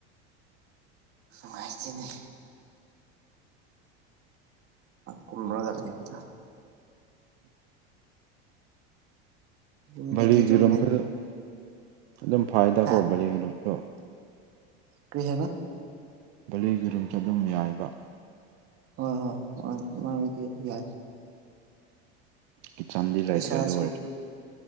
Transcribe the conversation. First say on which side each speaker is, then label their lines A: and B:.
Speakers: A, on the right; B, on the right.
A: ꯃꯥꯥꯏꯇꯅꯦ ꯀꯨꯝꯃꯒꯔ ꯀꯗ ꯌꯨꯝꯗꯗꯤ
B: ꯚꯔꯤꯒꯤꯔꯣꯝꯗ
A: ꯑꯗꯨꯝ ꯂꯩꯕ
B: ꯑꯗꯨꯝ ꯐꯥꯏꯗꯀꯣ
A: ꯍꯥ
B: ꯕꯥꯂꯤꯒꯤꯔꯣꯝꯁꯨ
A: ꯀꯔꯤ ꯍꯥꯏꯕ
B: ꯕꯂꯒꯤꯔꯨꯝꯁꯨ ꯑꯗꯨꯝ ꯌꯥꯏꯕ
A: ꯍ ꯍꯣ ꯃꯥ ꯃꯥ ꯌꯥ
B: ꯀꯤꯠꯆꯟꯗꯤ ꯂꯩꯇ꯭ꯔꯦ
A: ꯄꯩꯁꯥꯁꯨ
B: ꯑꯗꯨ ꯑꯣꯏꯔꯁꯨ